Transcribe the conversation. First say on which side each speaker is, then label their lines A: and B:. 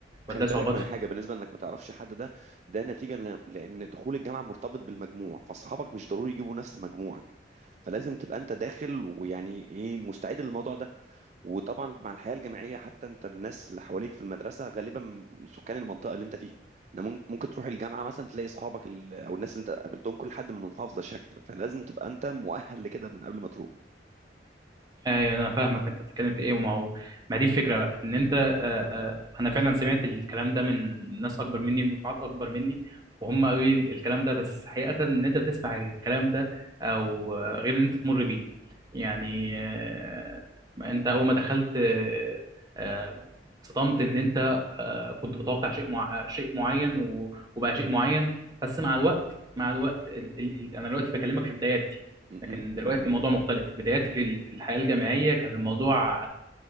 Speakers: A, on the right; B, on the right.
A: وهتلاقي
B: خلي بالك
A: صعوبات
B: من حاجة بالنسبة انك ما تعرفش حد ده ده نتيجة ل- لان دخول الجامعة مرتبط بالمجموع فاصحابك مش ضروري يجيبوا نفس مجموعك فلازم تبقى انت داخل ويعني ايه مستعد للموضوع ده وطبعا مع الحياه الجامعيه حتى انت الناس اللي حواليك في المدرسه غالبا من سكان المنطقه اللي انت فيها إن مم- ممكن تروح الجامعه مثلا تلاقي اصحابك ال- او الناس اللي انت قابلتهم كل حد من محافظه شكل فلازم تبقى انت مؤهل لكده من قبل ما تروح
A: ايوه انا فاهمك انت بتتكلم في ايه وما هو ما دي الفكره بقى ان انت آه، آه، انا فعلا سمعت الكلام ده من ناس اكبر مني من دفعات اكبر مني وهم قالوا لي الكلام ده بس حقيقه ان انت تسمع الكلام ده او آه، غير ان انت تمر بيه يعني آه، انت اول ما دخلت آه، آه، اتصدمت ان انت آه، كنت متوقع شيء مع... شيء معين و- وبقى شيء معين بس مع الوقت مع الوقت ال... ال... ال- انا دلوقتي بكلمك في بداياتي
B: م-
A: لكن
B: م.
A: دلوقتي الموضوع مختلف بداياتي في ال- في الحياة الجامعية كان الموضوع